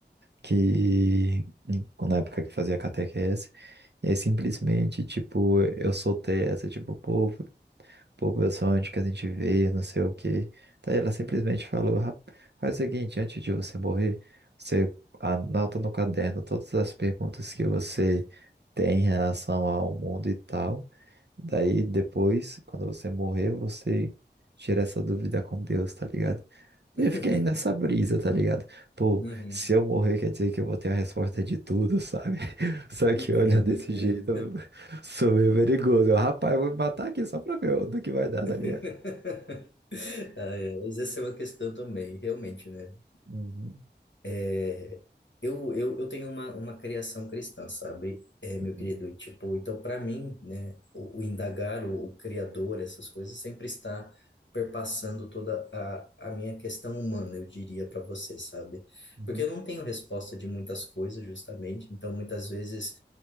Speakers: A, on the right; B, on the left.
A: que na época que fazia catequese, e aí simplesmente, tipo, eu soltei essa, tipo, pô, pô, meu sonho de que a gente veio, não sei o quê. Daí ela simplesmente falou, "Rap- faz o seguinte, antes de você morrer, você anota no caderno todas as perguntas que você tem em relação ao mundo e tal. Daí depois, quando você morrer, você tira essa dúvida com Deus, tá ligado? Daí
B: <laughs>
A: Eu fiquei nessa brisa, tá ligado? Pô,
B: Uhum.
A: se eu morrer, quer dizer que eu vou ter a resposta de tudo, sabe? <laughs> Só
B: Entendo,
A: que olha, desse
B: entendo.
A: jeito, eu sou meio perigoso. Eu, rapaz, eu vou me matar aqui só pra ver do que vai dar,
B: <laughs>
A: tá ligado?
B: Ah, é, mas essa é uma questão também, realmente, né?
A: Uhum,
B: É, eu, eu, eu tenho uma, uma criação cristã, sabe, é, meu
A: uhum,
B: querido? E, tipo, então, para mim, né, o, o indagar, o, o Criador, essas coisas, sempre está perpassando toda a, a minha questão humana, eu diria para você, sabe?
A: uhum,
B: Porque eu não tenho resposta de muitas coisas, justamente, então, muitas vezes,